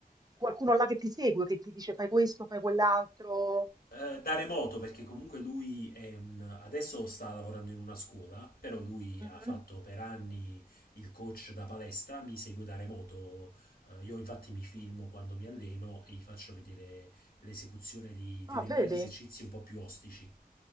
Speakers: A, on the right; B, on the left.
A: qualcuno là che ti segue, che ti dice fai questo, fai quell'altro.
B: eh, da remoto, perché comunque lui è un, adesso sta lavorando in una scuola, però lui
A: Mhm.
B: ha fatto per anni il coach da palestra, mi segue da remoto. Eh, io infatti mi filmo quando mi alleno e gli faccio vedere l'esecuzione di
A: Ah,
B: determinati
A: vedi?
B: esercizi un po' più ostici.